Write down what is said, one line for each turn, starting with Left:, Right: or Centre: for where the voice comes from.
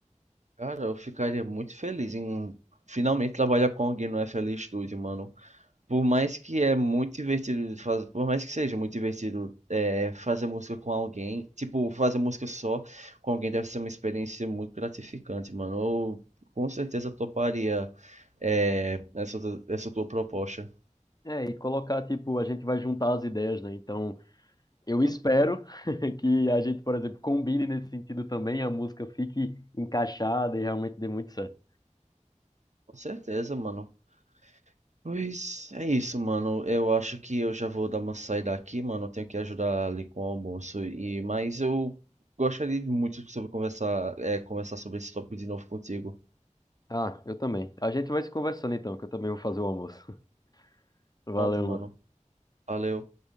Right: Cara, eu ficaria muito feliz em finalmente trabalhar com alguém no FL Studio, mano. Por mais que é muito divertido, faz- por mais que seja muito divertido é, fazer música com alguém, tipo, fazer música só com alguém deve ser uma experiência muito gratificante, mano. Eu com certeza toparia é, essa, tu- essa tua proposta.
Left: É, e colocar, tipo, a gente vai juntar as ideias, né? Então, eu
Right: Hum,
Left: espero <laughs> que a gente, por exemplo, combine nesse sentido também, a música fique encaixada e realmente dê muito certo.
Right: Com certeza, mano. Pois é isso, mano. Eu acho que eu já vou dar uma saída aqui, mano. Eu tenho que ajudar ali com o almoço e mas eu gostaria muito sobre conversar, é, conversar sobre esse tópico de novo contigo.
Left: Ah, eu também. A gente vai se conversando então, que eu também vou fazer o almoço. <laughs> Valeu,
Right: Pronto, mano.
Left: mano.
Right: Valeu.